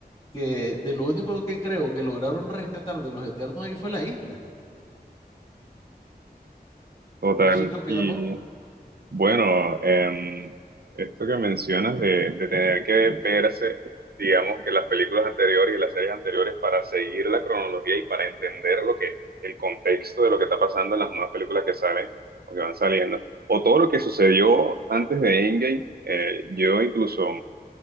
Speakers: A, on the left; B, on the right.
A: Que de lo único que creo que lograron rescatar de los Eternos ahí fue la isla.
B: total.
A: No sé qué opinas
B: Y
A: vos.
B: Bueno, em, esto que mencionas de, de tener que verse, digamos que las películas anteriores y las series anteriores para seguir la cronología y para entender lo que, el contexto de lo que está pasando en las nuevas películas que salen o que van saliendo, o todo lo que sucedió antes de Endgame, eh, yo incluso